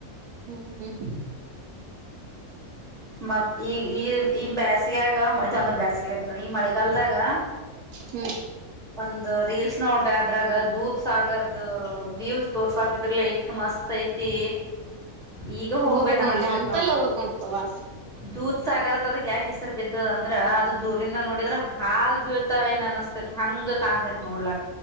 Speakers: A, on the right; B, in the centre.
A: ಹ್ಮ್ ಹ್ಮ್
B: ಮತ್ ಈ ಈ ಈ ಬೇಸ್ಗಯಾಗ ಮ ಇದೊಂದ ಬೇಸ್ಗೆ ಆಗತಿ ನ ಈ ಮಳೆಗಾಲದಾಗ
A: ಹ್ಮ್
B: ಒಂದು ರೀಲ್ಸ್ ನೋಡ್ದ ಅದ್ರಾಗ ದೂತ್ ಸಾಗರ್ದ ವ್ಯವ್ ತೋರ್ಸಾತ ಇದ್ರಲ್ಲ ಇಟ್ ಮಸ್ತ್ ಐತಿ ಈಗ ಹೋಗ್ಬೇಕ
A: ಹೋಗ್ಬಕ್
B: ಅನಸ್ತೇತ್
A: ನೋಡ್ಲಿ ಅಂತಲ್ಲ
B: ನೋ
A: ಹೋಗ್ಬಕ್ ನೋಡ್ ಪ್ರವಾಸ
B: ದೂದ ಸಾಗರ ಯಾಕೆ ಹೆಸರು ಬಿದ್ದದ ಅಂದ್ರೆ ಅದು ದೂರಿಂದ ನೋಡಿದ್ರೆ ಹಾಲ್ ಬೀಳ್ತಾವೇನ ಅನಿಸತೇತ್ ಹಂಗ ಕಾಣ ನೋಡ್ಲ